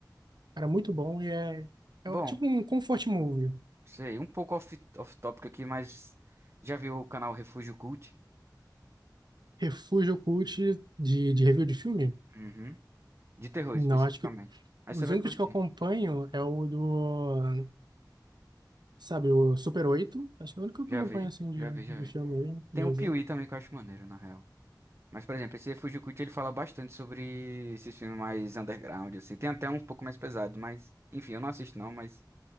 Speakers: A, on the right; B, on the right.
A: cara, muito bom e é,
B: Bom,
A: é um- tipo um comfort movie.
B: sei, um pouco off, off-topic aqui, mas já viu o canal Refúgio Cult?
A: Refúgio Cult de, de review de filme?
B: Uhum. De terror,
A: Não,
B: especificamente.
A: acho que
B: Aí
A: os
B: você vai
A: únicos
B: curtir.
A: que eu acompanho é o do, sabe, o Super oito Acho que é o único
B: Já
A: que eu acompanho
B: vi,
A: assim de,
B: já vi, já
A: de
B: vi.
A: filme,
B: Tem
A: de review.
B: o Piuí também que eu acho maneiro, na real. Mas, por exemplo, esse Refúgio Cult, ele fala bastante sobre esses filmes mais underground, assim. Tem até um pouco mais pesado, mas... Enfim, eu não assisto não, mas